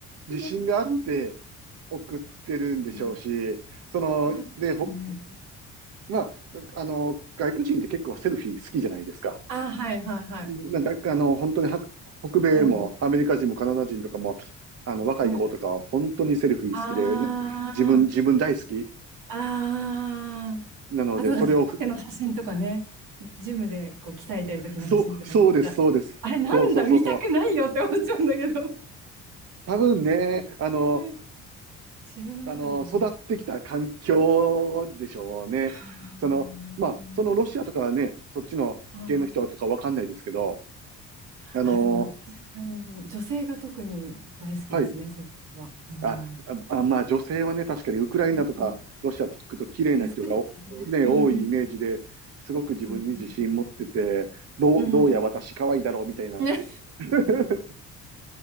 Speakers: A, on the right (about 50°); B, on the right (about 80°).
A: 自信があって
B: いな。うん
A: 送ってるんでしょうし、
B: うん。っ
A: その、
B: てことですよね。
A: で、ほ、まあ、あの、外国人って結構セルフィー好きじゃないですか。
B: あ、はいはいはい。
A: なんか、あの、本当には北米もアメリカ人もカナダ人とかも、
B: 多いよ。
A: あの、若い子とかは本当にセルフィー好きで、
B: うん。ああ。
A: な自分、自分大好き
B: ああ。
A: なので、
B: あと、
A: それをふ、
B: なんかジムでの写真とかね、ジムでこう鍛えてる時の写真とかめっちゃ、
A: そう、そうです、そうです。
B: あれなんだ、
A: そうそうそうそう。
B: 見たくないよって思っちゃうんだけど。
A: 多分ね、あの、
B: はい自分の中ではね。
A: あの、育ってきた環境でしょうね。
B: はあ
A: その、まあ、そのロシアとかはね、そっちの系の人とかわかんないですけど、
B: あ
A: あの、
B: あ、あーでも私はクライナージ女性が特に大好きですね、
A: はい、
B: 整形は。うん。
A: あ、あ、あまあ女性はね、確かにウクライナとかロシアって聞くと綺麗な人がおね、
B: うんうん美しいですね。うんうん
A: 多いイメージで、すごく自分に自信持ってて、
B: うんうんうん
A: どう、
B: うんうんうん
A: どうや私可愛いだろうみたいな。
B: うん
A: <laughs>